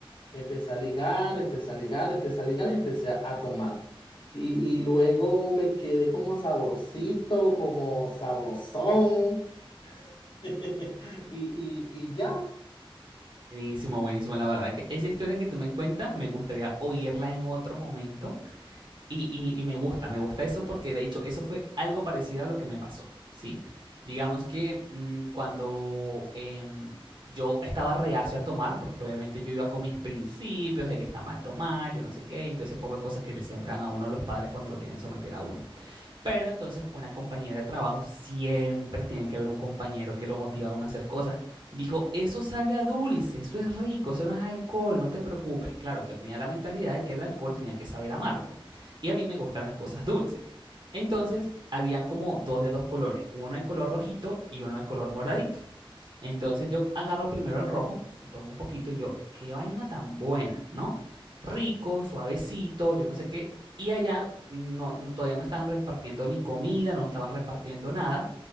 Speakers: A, on the left; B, on the right.
A: Empecé a ligar, empecé a ligar, empecé a ligar y empecé a, a tomar. Y, y luego me quedé como sabrosito, como sabrosón. <laughs> Y, y, y ya.
B: Buenísimo, buenísimo. La verdad que esa historia que tú me cuentas, me gustaría oírla en otro momento. Y, y- y me gusta, me gusta eso porque de hecho eso fue algo parecido a lo que me pasó, ¿sí? Digamos que mm, cuando em, yo estaba reacio a tomar, porque obviamente yo iba con mis principios de que está mal tomar, yo no sé qué, y todo ese poco de cosas que le siembran a uno los padres cuando lo quieren someter a uno. Pero entonces una compañera de trabajo, siempre tiene que haber un compañero que lo motiva a uno a hacer cosas. Dijo, eso sabe a dulce, eso es rico, eso no es alcohol, no te preocupes. Claro, yo tenía la mentalidad de que el alcohol tenía que saber amargo. Y a mí me gustan las cosas dulces. Entonces, habían como dos de dos colores, uno de color rojito y uno de color moradito. Entonces yo agarro primero el rojo, me tomo un poquito y yo, qué vaina tan buena, ¿no? Rico, suavecito, yo no sé qué. Y allá no, no- todavía no estaban repartiendo ni comida, no estaban repartiendo nada.